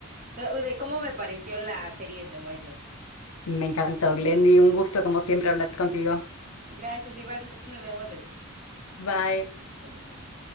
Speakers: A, on the right (about 40°); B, on the left (about 75°).
A: to- de cómo me pareció la serie de White Lotus.
B: me encantó, Glendy, un gusto como siempre hablar contigo.
A: Gracias, igual, entonces nos vemos luego.
B: Bye.
A: Adiós.